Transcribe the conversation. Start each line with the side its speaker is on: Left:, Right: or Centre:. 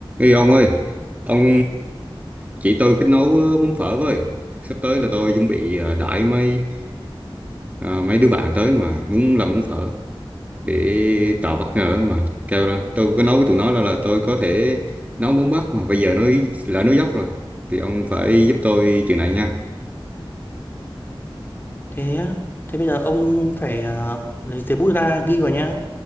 Right: Ê ông ơi, ông chỉ tôi cách nấu ờ, món phở với. Sắp tới là tôi chuẩn bị ờ, đãi mấy ờ, mấy đứa bạn tới mà muốn làm món phở để tạo bất ngờ mà. Kêu là tôi có nói với tụi nó là, là tôi có thể nấu món Bắc mà bây giờ nó lỡ nó dốc rồi. Thì ông phải giúp tôi chuyện này nha.
Left: Thế á, thế bây giờ ông phải ờ, lấy giấy bút ra ghi vào nhá